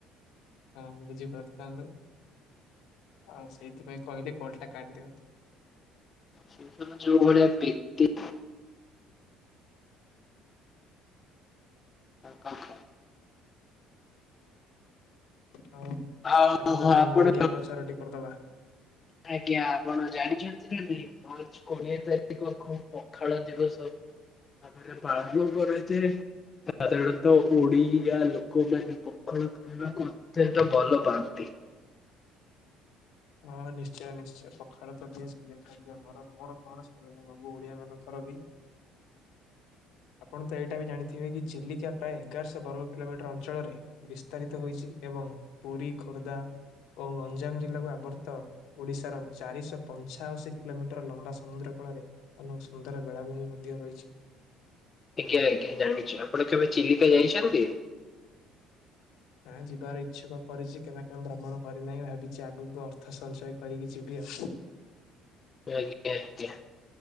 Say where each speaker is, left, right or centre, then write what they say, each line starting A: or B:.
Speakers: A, on the left (about 65°); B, on the left (about 25°).
A: ହଁ ବୁଝିପାରିଥାନ୍ତୁ ଆଉ ସେଇଥିପାଇଁ କହିଲି କଲଟା କଟିଦିଅନ୍ତୁ।
B: ସିଏ ଯୋଉ ଭଳିଆ ବ୍ୟକ୍ତି କଣ କହ?
A: ହଉ ଚାଲ
B: ଆଉ
A: <unintelligible> ଆମେ ଆମର
B: ଆପଣ
A: ଓଡ଼ିଆ ପ୍ରଚାର ଟିକେ କରିଦବା?
B: ଆଜ୍ଞା, ଆପଣ ଜାଣିଛନ୍ତି ନା ନାଇଁ? ମାର୍ଚ୍ଚ କୋଡ଼ିଏ ତାରିଖକୁ ପଖାଳ ଦିବସ ଭାବରେ ପାଳନ କରାଯାଏ। ସାଧାରଣତଃ ଓଡ଼ିଆ ଲୋକମାନେ ପଖାଳ ଖାଇବାକୁ ଏତେ ଏତେ ଭଲ ପାଆନ୍ତି।
A: ହଁ ନିଶ୍ଚୟ, ନିଶ୍ଚୟ, ତ ବେଶ୍ ପ୍ରିୟ ଖାଦ୍ୟ। ମୋର, ମୋର କଣ ସାଧାରଣତଃ ସବୁ ଓଡ଼ିଆ ମାନଙ୍କର ବି ଆପଣ ତ ଏଇଟା ବି ଜାଣିଥିବେ କି ଚିଲିକା ପ୍ରାୟ ଏଗାରଶହ ବର୍ଗ କିଲୋମିଟର ଅଞ୍ଚଳରେ ବିସ୍ତାରିତ ହୋଇଛି। ଏବଂ ପୁରୀ ଖୋର୍ଦ୍ଧା ଓ ଗଞ୍ଜାମଜିଲ୍ଲାକୁ ଆବ ଆବର୍ତ୍ତ ଓଡ଼ିଶାର ଚାରିଶହ ପଞ୍ଚାଅଶୀ କିଲୋମିଟର ଲମ୍ବା ସମୁଦ୍ର କୂଳରେ ଅନେକ ସୁନ୍ଦର ବେଳାଭୂମି ମଧ୍ୟ ରହିଛି।
B: ଆଜ୍ଞା ଆଜ୍ଞା ଜାଣିଛି ଆପଣ କେବେ ଚିଲିକା ଯାଇଛନ୍ତି।
A: ନାଁ ଯିବାର ଇଚ୍ଛୁକ କରିଛି କେନା କେବେ ଭ୍ରମଣ କରିନାହିଁ ମୁଁ ଭାବିଛି ଆଗକୁ ଅର୍ଥ ସଞ୍ଚୟ କରିକି ଯିବି ଆଉ।
B: ଆଜ୍ଞା ଆଜ୍ଞା